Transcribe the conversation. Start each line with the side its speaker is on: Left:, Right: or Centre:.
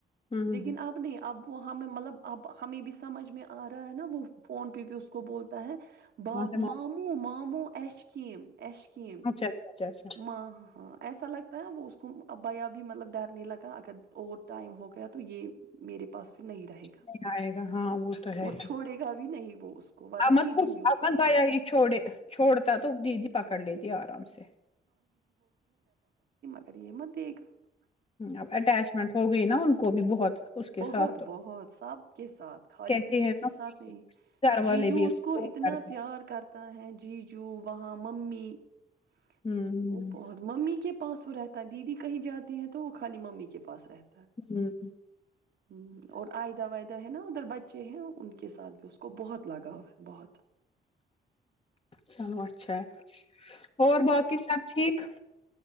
Left: ہمم
Right: لیکن آپ نے اب وہ ہمیں مطلب اب ہمیں بھی سمجھ میں آ رہا ہے نا وہ فون پہ بھی اس کو بولتا ہے ب
Left: ہمم
Right: ماموں م ہموں اس کم ایشکیم
Left: اچھا اچھا اچھا اچھا
Right: ماں ہ ہاں ایسا لگتا ہے وہ اس ابیا بھی مطلب ڈرنے لگا اگر اوور ٹائم ہو گیا تو یہ میرے پاس پھر نہیں رہے گا
Left: نہیں آئے گا ہاں وہ تو ہے
Right: اور
Left: ہی
Right: چھوڑے گا بھی نہیں وہ اس کو ورنہ
Left: امد
Right: دیدی
Left: کچ
Right: ہی اس
Left: امد
Right: کو پکڑتی
Left: آیا ہی چھوڑے چھوڑتا تو دیدی پکڑ لیتی آرام سے
Right: اگر یہ مت د گات تو
Left: اب اٹیچمنٹ ہو گئی نا ان کو بھی بہت اس کے
Right: بہت
Left: ساتھ تو
Right: بہت سب کے ساتھ خالی
Left: کہتے
Right: دیدی
Left: ہیں
Right: کے
Left: نا
Right: ساتھ نہیں
Left: گھر
Right: جیجو
Left: والے بھی
Right: اس کو
Left: بہت
Right: اتنا
Left: کرتے
Right: پیار
Left: ہیں
Right: کرتا ہے جیجو وہاں ہاں ممی <inaudible>
Left: ہمم
Right: وہ بہت ممی کے پاس وہ رہتا دیدی <inaudible> کہیں جاتی ہے تو وہ خالی ممی کے پاس رہتی <inaudible>
Left: ہی ہ <inaudible>
Right: ہ اور آئدہ وائدہ ہے نا ادھر بچے ہیں ان کے ساتھ بھی اس کو بہت لگاؤ ہے بہت <inaudible>
Left: چلو اچھا اور باقی سب ٹھیک <inaudible>